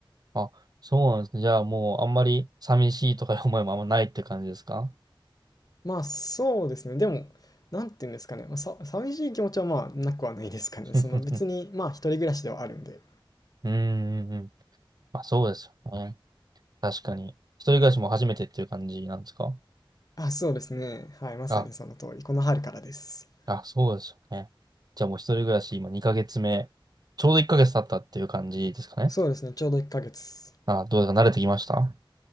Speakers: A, on the right (about 50°); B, on the left (about 45°).
A: あ、そうなんですね。じゃあもうあんまり寂しいとかいう思いもあんまないって感じですか
B: まあそうですね。でも、なんていうんですかね。まあ、さ、寂しい気持ちはまあなくはないですかね。
A: <laughs>
B: その別にまあ一人暮らしではあるんで。
A: うんうんうん。まあそうですよね。確かに。一人暮らしも初めてっていう感じなんですか
B: あ、そうですね。はい、まさにその通り。
A: あ、
B: この春からです。
A: あ、そうですよね。じゃあもう一人暮らし今2ヶ月目、ちょうど1ヶ月経ったっていう感じですかね。
B: そうですね。ちょうど1ヶ月。
A: あ、どうですか慣れてきました